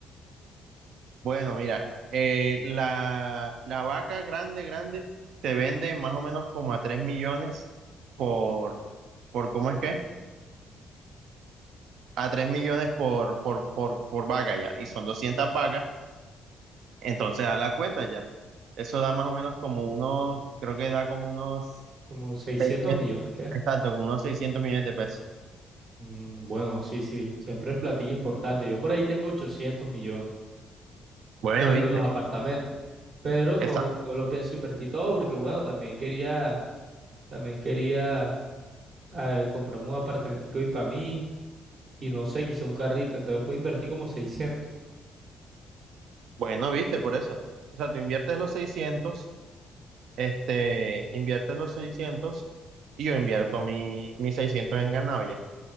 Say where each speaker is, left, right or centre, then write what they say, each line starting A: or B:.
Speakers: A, on the right; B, on the right.
A: Bueno, mira, eh, la, la vaca grande, grande, se vende más o menos como a 3 millones por, por ¿cómo es que? A 3 millones por, por, por, por vaca ya, y son doscientas vacas Entonces, a la cuenta ya. Eso da más o menos como unos, creo que da como unos
B: Como 600
A: 600,
B: millones, ¿qué?
A: exacto, como unos 600 millones de pesos.
B: Mm, bueno, sí, sí, siempre es platica importante. Yo por ahí tengo 800 millones,
A: Bueno,
B: que es
A: viste,
B: lo de los apartamentos. Pero
A: exacto.
B: no, no lo pienso invertir todo porque, bueno, también quería, también quería. eh, compramos un apartamentico y para mí, y no sé, quizá un carrito, entonces puedo invertir como seiscientos
A: Bueno, viste, por eso. O sea, tú inviertes los seiscientos este, inviertes los 600 y yo invierto mi, mis 600 en ganado ya.